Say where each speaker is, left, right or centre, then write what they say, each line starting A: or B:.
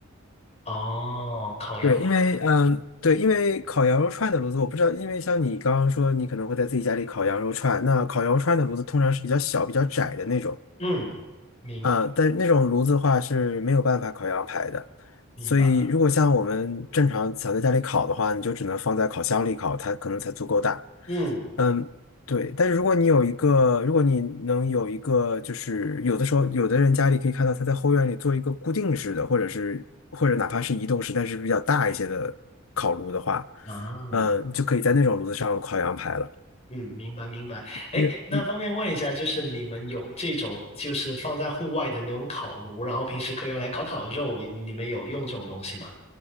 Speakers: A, on the left; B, on the left.
A: 哦，烤羊排，
B: 对，因为，嗯，对，因为烤羊肉串的炉子，我不知道，因为像你刚刚说，你可能会在自己家里烤羊肉串，那烤羊肉串的炉子通常是比较小、比较窄的那种。
A: 嗯，明
B: 呃，但是那种炉子的话是没有办法烤羊排的，
A: 明白，
B: 所以如果像我们正常想在家里烤的话，你就只能放在烤箱里烤，它可能才足够大。
A: 嗯
B: 嗯，对。但是如果你有一个，如果你能有一个，就是有的时候有的人家里可以看到他在后院里做一个固定式的，或者是或者哪怕是移动式，但是比较大一些的烤炉的话，
A: 啊。
B: 嗯，就可以在那种炉子上烤羊排了。
A: 嗯，明白明白。哎，
B: 因为。
A: 那方便问一下，就是你们有这种就是放在户外的那种烤炉，然后平时可以用来烤烤肉，你们有用这种东西吗？